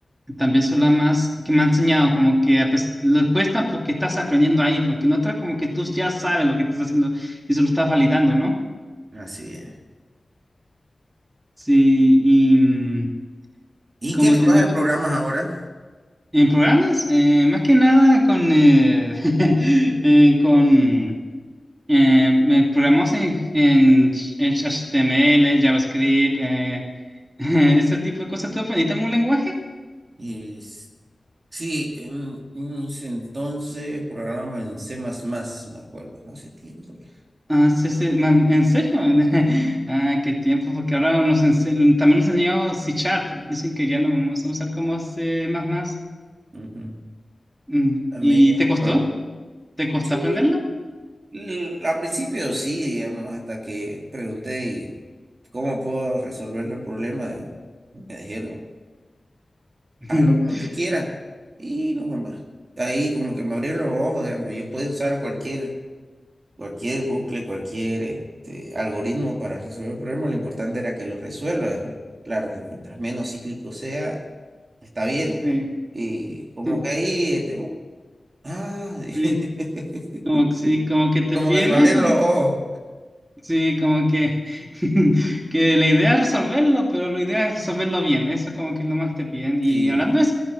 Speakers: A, on the right; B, on the right.
A: también son las más que me han enseñado, como que ah, pues, lo cuesta porque estás aprendiendo ahí, porque en otras como que tú ya sabes lo que estás haciendo y solo estás validando, ¿no?
B: Así es.
A: Sí, y, mm,
B: ¿Y
A: y
B: en
A: como
B: qué lenguaje
A: te digo,
B: programas ahora?
A: en programas, eh, más que nada con, eh, <laughs> eh, con eh, me programamos en, en HTML, JavaScript, eh, <laughs> ese tipo de cosas. ¿Tú aprendiste algún lenguaje?
B: Es- sí, en, en ese entonces programa en C++, me acuerdo, hace tiempo ya.
A: Ah, sí, sí, mam, ¿en serio? <laughs> Ah, qué tiempo, porque ahora nos ense- también nos enseñó C Sharp. Dicen que ya lo vamos a usar como C++.
B: Ujú.
A: Mm,
B: También,
A: ¿Y te costó?
B: pro-
A: ¿Te costó
B: sí,
A: aprenderlo?
B: L- Al principio sí, digamos, hasta que pregunté y cómo puedo resolverlo el problema, me dijeron,
A: <laughs>
B: hazlo como tú quieras y no fue más. Ahí como que me abrieron los ojos, digamos, yo podía usar cualquier, cualquier bucle, cualquier este, algoritmo para resolver el problema, lo importante era que lo resuelva. digamos. Claro que mientras menos cíclico sea, está bien.
A: Sí,
B: Y como
A: sí,
B: que ahí, este, bu- ah, <laughs>
A: sí, Como, que- sí, como que te
B: como
A: piden
B: que se me abrieron
A: eso.
B: los ojos.
A: Sí, como que, <laughs> que la idea es resolverlo, pero la idea es resolverlo bien. Eso como que es lo más que te piden.
B: Sí.
A: Y hablando de eso,